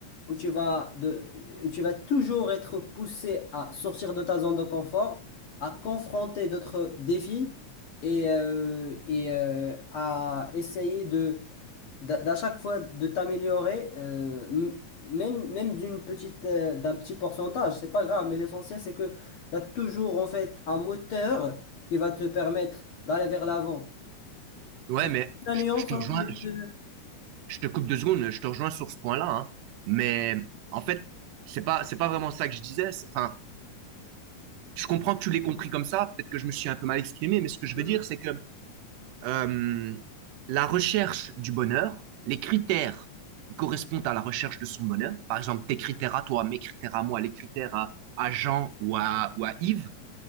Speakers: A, on the left; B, on the right.
A: où tu vas de, où tu vas toujours être poussé à sortir de ta zone de confort, à confronter d'autres défis et, euh, et euh, à essayer de d'à d'à chaque fois de t'améliorer, euh, m- même, même d'une petite, euh, d'un petit pourcentage, c'est pas grave, mais l'essentiel c'est que tu as toujours en fait un moteur qui va te permettre d'aller vers l'avant.
B: ouais,
A: Tu vois
B: mais
A: la
B: je,
A: nuance
B: je te
A: entre
B: rejoins,
A: les
B: je,
A: deux.
B: je te coupe deux secondes, je te rejoins sur ce point-là, hein. Mais en fait, c'est pas, c'est pas vraiment ça que je disais. C'est- Enfin, je comprends que tu l'aies compris comme ça, peut-être que je me suis un peu mal exprimé, mais ce que je
A: Mm.
B: veux dire, c'est que euh, la recherche du bonheur, les critères correspondent à la recherche de son bonheur. Par exemple, tes critères à toi, mes critères à moi, les critères à, à Jean ou à, ou à Yves